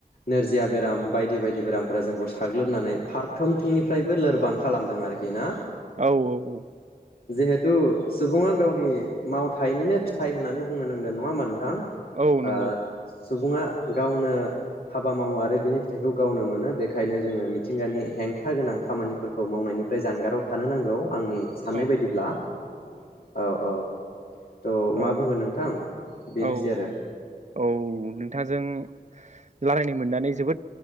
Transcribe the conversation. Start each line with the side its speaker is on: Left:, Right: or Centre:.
Left: नोरजिया बेराम बायदि बायदि बेरामफोरा जोंखौ साग्लोबनानै फार फ्रोमथिंनिफ्रायबो लोरबां खालामदों आरोखि ना?
Right: औ औ औ
Left: जिहेथु सुबुङा गावनि मावथाइनिनो फिथाइ होननानै बुंनो नांगोन नङा होनबा नोंथां।
Right: औ
Left: ओ
Right: नंगौ
Left: सुबुङा गावनो हाबा मावो आरो बिनि फिथाइखौ गावनो मोनो बेखायनो जोङो मिथिंगानि हेंथा गोनां खामानिफोरखौ मावनायनिफ्राय जानगाराव थानो नांगौ आंनि साननाय
Right: औ
Left: बायदिब्ला औ औ ट मा
Right: ओ
Left: बुंगोन नोंथां बेनोसै
Right: औ
Left: आरो
Right: औ औ नोंथांजों रायलायनो मोननानै जोबोद